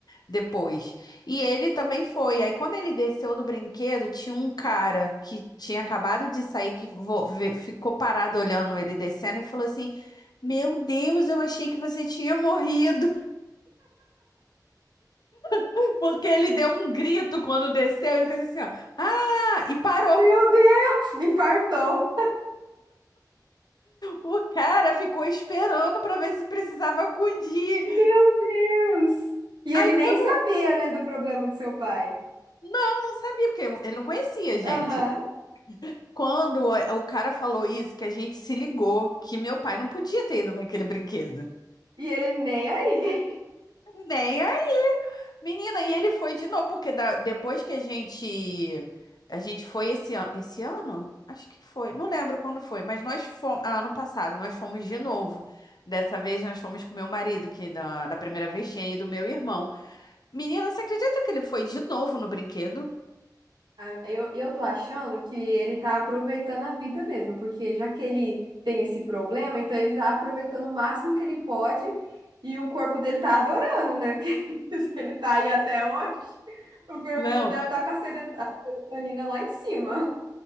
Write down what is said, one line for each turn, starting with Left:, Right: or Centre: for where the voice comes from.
Left: depois. E ele também foi. Aí quando ele desceu do brinquedo, tinha um cara que tinha acabado de sair que vo- ve- ficou parado olhando ele descendo e falou assim: Meu Deus, eu achei que você tinha morrido. <laughs> Porque ele deu um grito quando desceu. Ele fez assim, ó, ah! E parou.
Right: Meu Deus, me fartou.
Left: O cara ficou esperando para ver se precisava acudir.
Right: Meu Deus. E ele
Left: Aí
Right: nem
Left: quando.
Right: sabia, né, do problema do seu pai.
Left: Não, não sabia, porque eu- ele não conhecia a gente.
Right: Aham.
Left: Quando eh, o cara falou isso, que a gente se ligou, que meu pai não podia ter ido naquele brinquedo.
Right: E ele nem aí.
Left: Nem aí. Menina, e ele foi de novo, porque da- depois que a gente. A gente foi esse, an- esse ano? Acho que foi. Não lembro quando foi, mas nós fomos. ah, ano passado, nós fomos de novo. Dessa vez nós fomos com meu marido, que da, da primeira vez tinha ido meu irmão. Menina, você acredita que ele foi de novo no brinquedo?
Right: Ah, Eu, eu tô achando que ele tá aproveitando a vida mesmo, porque já que ele tem esse problema, então ele tá aproveitando o máximo que ele pode e o corpo dele tá adorando, né? <laughs> Porque se ele tá aí até hoje, o corpo
Left: Não.
Right: dele deve estar tá com a sero- a serotonina lá em cima.